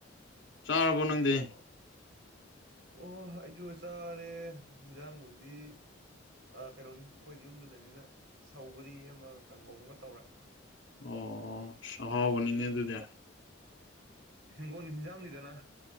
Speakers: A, on the left; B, on the right.
A: ꯆꯥꯔꯕꯣ
B: ꯑꯣ
A: ꯅꯪꯗꯤ
B: ꯑꯣꯍꯣ ꯑꯩꯁꯨ ꯆꯥꯔꯦ ꯏꯟꯖꯥꯡꯕꯨꯗꯤ ꯑ ꯀꯩꯅꯣꯅꯤ ꯑꯩꯈꯣꯏꯗꯤ ꯌꯨꯝꯗ ꯂꯩꯕꯅꯤꯅ ꯁꯧꯒꯔꯤ ꯑꯃꯒ ꯀꯥꯡꯒꯧ ꯑꯃꯒ ꯇꯧꯔꯦ
A: ꯑꯣ ꯑꯍꯥꯎꯕꯅꯤꯅꯦ ꯑꯗꯨꯗꯤ
B: ꯍꯤꯡꯒꯣꯜ ꯍꯤꯟꯖꯥꯡꯅꯤꯗꯅ